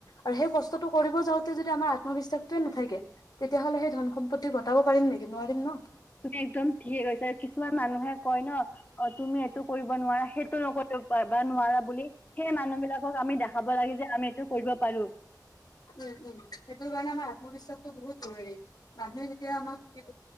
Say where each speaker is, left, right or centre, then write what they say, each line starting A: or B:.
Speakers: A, on the left; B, on the left.
A: আৰু সেই কষ্টটো কৰিব যাওঁতে যদি আমাৰ আত্মবিশ্বাসটোৱে নাথাকে। তেতিয়াহ'লে সেই ধন সম্পত্তি ঘটাব পাৰিম নেকি নোৱাৰিম ন।
B: তুমি একদম ঠিকে কৈছা কিছুমান মানুহে কয় ন অ তুমি এইটো কৰিব নোৱাৰা সেইটো নকৰিব কৰবা নোৱাৰা বুলি সেই মানুহ বিলাকক আমি দেখাব লাগে যে আমি এইটো কৰিব পাৰোঁ।
A: উম উম সেইটো কাৰণে আমাৰ আত্মবিশ্বাসটো বহুত জৰুৰী মানুহে যেতিয়া আমাক